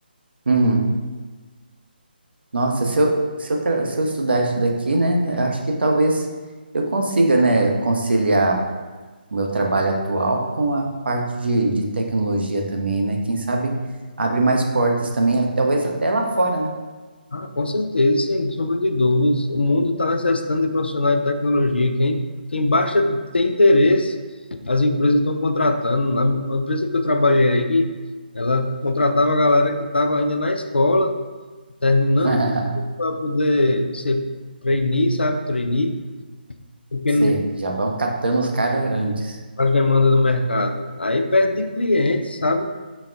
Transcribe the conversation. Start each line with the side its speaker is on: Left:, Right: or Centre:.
Right: Uhum. Nossa, se eu, se eu, tra- se eu estudar isso daqui, né? eu Acho que talvez eu consiga, né, conciliar o meu trabalho atual com a parte de, de tecnologia também, né? Quem sabe abre mais portas também, eh, talvez até lá fora, né?
Left: Ah, com certeza, sem sombra de dúvidas. O mundo está necessitando de profissionais de tecnologia. Quem, quem baixa tem interesse, as empresas estão contratando. Na a empresa que eu trabalhei aí, ela contratava a galera que estava ainda na escola, terminando
Right: <laughs>
Left: para poder ser trainee, sabe? Trainee, porque
Right: Sei,
Left: não
Right: já vão catando os caras antes.
Left: faz demanda do mercado. Aí perde de clientes, sabe?